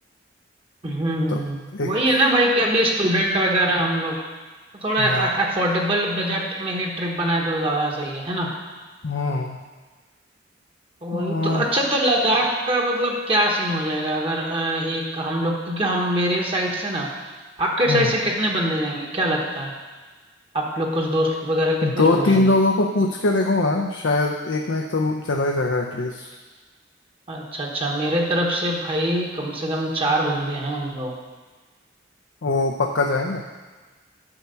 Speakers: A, on the right; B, on the left.
A: हम्म हम्म, हम्म।
B: तो एक
A: वही है ना भाई कि अभी स्टूडेंट वगैरह हम लोग तो थोड़ा
B: हाँ
A: अफोर्डेबल बजट में ही ट्रिप बनाए तो ज्यादा सही है है ना
B: हम्म
A: वही
B: हम्म।
A: तो अच्छा तो लद्दाख का मतलब क्या सीन हो जाएगा अगर अ, एक हम लोग क्योंकि हम मेरे साइड से ना आपके
B: हाँ
A: साइड से कितने बंदे जाएंगे क्या लगता है आप लोग कुछ दोस्त वगैरह कितने
B: दो
A: लोग जाएंगे
B: तीन लोगों को पूछ के देखूंगा शायद एक ना एक तो चला ही जाएगा एटलीस्ट
A: अच्छा अच्छा मेरे तरफ से भाई कम से कम चार बंदे हैं हम लोग
B: वो पक्का जाएंगे